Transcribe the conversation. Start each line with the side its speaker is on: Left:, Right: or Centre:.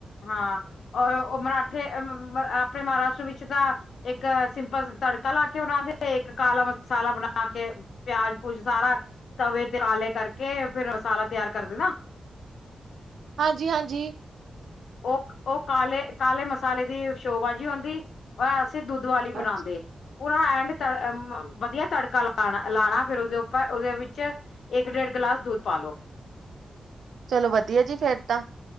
Left: ਹਾਂ, ਉਹ ਉਹ ਮਰਾਠੇ ਅ, ਆਪਣੇ ਮਹਾਰਾਸ਼ਟਰ ਵਿੱਚ ਤਾਂ ਇੱਕ ਸਿੰਪਲ ਤੜਕਾ ਲਾਕੇ ਬਣਾਂਦੇ, ਇੱਕ ਕਾਲਾ ਮਸਾਲਾ ਬਣਾਕੇ ਪਿਆਜ-ਪੂਜ ਸਾਰਾ, ਤਵੇ ਤੇ ਕਾਲੇ ਕਰਕੇ ਫਿਰ ਮਸਾਲਾ ਤਿਆਰ ਕਰਦੇ ਨਾ।
Right: ਹਾਂਜੀ-ਹਾਂਜੀ।
Left: ਉਹ, ਉਹ ਕਾਲੇ, ਕਾਲੇ ਮਸਾਲੇ ਦੀ ਸ਼ੋਬਾਜੀ ਹੋਂਦੀ ਸੀ ਦੁੱਧ ਵਾਲੀ ਬਣਾਂਦੇ।
Right: ਹਾਂਜੀ
Left: ਪੂਰਾ ਐਂਣ ਤ, ਵਧੀਆ ਤੜਕਾ ਲਾਣਾ, ਲਾਣਾ ਫੇਰ ਉਸਦੇ ਉੱਪਰ, ਉਹਦੇ ਵਿੱਚ। ਇੱਕ-ਡੇਢ ਗਿਲਾਸ ਦੁੱਧ ਪਾਲੋ।
Right: ਚਲੋ ਵਧੀਆ ਜੀ ਫੇਰ ਤਾਂ।